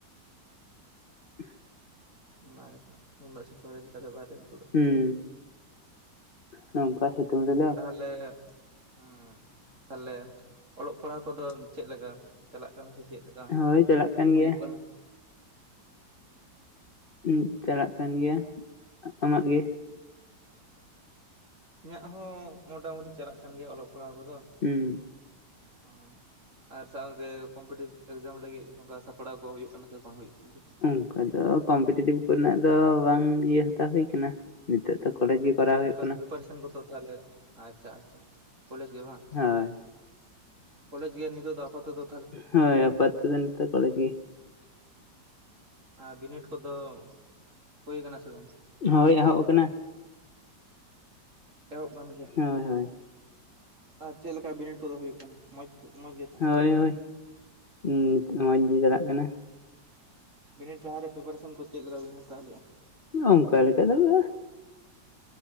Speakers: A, on the left (about 40°); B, on the right (about 45°).
A: <inaudible>
B: ᱚᱱᱟ ᱜᱮᱛᱚ ᱩᱱᱟᱹᱜ ᱥᱤᱛᱩᱝ ᱨᱮ ᱪᱮᱠᱟᱛᱮ ᱵᱟᱭᱨᱮᱢ ᱛᱩᱫᱟᱜ
A: ᱦᱩᱸ ᱱᱚᱝᱠᱟ ᱥᱤᱛᱩᱝ ᱨᱮᱫᱚ
B: ᱛᱟᱞᱮᱸ ᱦᱩᱸ ᱛᱟᱦᱚᱞᱮ ᱚᱞᱚᱜ ᱯᱟᱲᱦᱟᱜ ᱠᱚᱫᱚᱢ ᱪᱮᱫ ᱞᱮᱠᱟ ᱪᱟᱞᱟᱜ ᱠᱟᱱᱟ ᱠᱟᱱᱟ ᱥᱮ ᱪᱮᱫ ᱞᱮᱠᱟ
A: ᱦᱳᱭ ᱪᱟᱞᱟᱜ ᱠᱟᱱ
B: ᱦᱩᱭᱩᱜ
A: ᱜᱮᱭᱟ
B: ᱠᱟᱱᱟ
A: ᱩᱸᱜ ᱪᱟᱞᱟᱜ ᱠᱟᱱ ᱜᱮᱭᱟ ᱟᱢᱟᱜ ᱜᱮ
B: ᱤᱧᱟᱹᱜ ᱦᱚᱸ ᱢᱚᱴᱢᱩᱴᱤ ᱪᱟᱞᱟᱜ ᱠᱟᱱ ᱜᱮᱭᱟ ᱚᱞᱚᱜ ᱯᱟᱲᱦᱟᱣ ᱠᱚᱫᱚ
A: ᱦᱩᱸ
B: ᱦᱚᱸ ᱟᱨ ᱥᱟᱶ ᱛᱮ ᱠᱚᱢᱯᱤᱴᱤᱮᱴᱤᱵᱽ ᱮᱠᱡᱟᱢ ᱞᱟᱹᱜᱤᱫ ᱝᱠᱟ ᱥᱟᱯᱲᱟᱣ ᱠᱚ ᱦᱩᱭᱩᱜ ᱠᱟᱱᱟ ᱥᱮ ᱵᱟᱝ ᱦᱩᱭᱩᱜ ᱠᱟᱱ ᱜᱮᱭᱟ
A: ᱚᱱᱠᱟ ᱫᱚ ᱠᱚᱢᱯᱤᱴᱤᱮᱴᱤᱵ ᱠᱚᱨᱮᱱᱟᱜ ᱫᱚ ᱵᱟᱝ ᱤᱭᱟᱹ ᱦᱟᱛᱟᱣ ᱦᱩᱭᱩ ᱟᱠᱟᱱᱟ ᱱᱤᱛᱚᱛᱚ ᱠᱚᱞᱮᱡ ᱜᱮ ᱠᱚᱨᱟᱣ ᱦᱩᱭᱩᱜ
B: ᱚᱱᱠᱟ
A: ᱠᱟᱱᱟ
B: ᱫᱚ ᱯᱨᱤᱯᱟᱨᱮᱥᱮᱱ ᱠᱚᱫᱚ ᱛᱟᱦᱚᱞᱮ ᱟᱪᱪᱷᱟ ᱟᱪᱪᱷᱟ ᱠᱚᱞᱮᱡᱽ ᱜᱮ ᱵᱟᱝ
A: ᱦᱳᱭ
B: ᱠᱚᱞᱮᱡ ᱜᱮ ᱱᱤᱛᱚᱜᱜ ᱫᱚ ᱟᱯᱟᱛᱚᱫᱚ
A: ᱦᱳᱭ ᱟᱯᱛᱚ ᱛᱮ ᱫᱚ ᱱᱤᱛᱚᱜ ᱠᱚᱞᱮᱡᱽ ᱜᱮ
B: ᱟᱨ ᱵᱤᱱᱤᱰ ᱠᱚᱫᱚ ᱦᱩᱭ ᱟᱠᱟᱱᱟ ᱥᱮ ᱵᱟᱝ
A: ᱦᱳᱭ ᱮᱦᱚᱵ ᱟᱠᱟᱱᱟ
B: ᱮᱦᱚᱵ ᱜᱟᱱ ᱜᱮᱭᱟ
A: ᱦᱳᱭ ᱦᱳᱭ
B: ᱟᱨ ᱪᱮᱫ ᱞᱮᱠᱟ ᱵᱤᱱᱤᱰ ᱠᱚᱫᱚ ᱦᱩᱭᱩᱜ ᱠᱟᱱᱟ ᱢᱚᱸᱡᱽ ᱢᱚᱸᱡᱽ ᱜᱮᱛᱚ?
A: ᱦᱳᱭ ᱦᱳᱭ ᱱᱤᱛᱚᱜ ᱢᱚᱸᱡᱽ ᱜᱮ ᱪᱟᱞᱟᱜ ᱠᱟᱱᱟ
B: ᱵᱤᱱᱤᱰ ᱞᱟᱦᱟᱨᱮ ᱯᱨᱤᱯᱟᱨᱮᱥᱚᱱ ᱠᱚ ᱪᱮᱫ ᱞᱮᱠᱟ ᱵᱤᱱ ᱦᱟᱛᱟᱣ ᱞᱮᱫᱼᱟ
A: ᱚᱱᱠᱟ ᱞᱮᱠᱟ ᱫᱚ ᱵᱟᱝ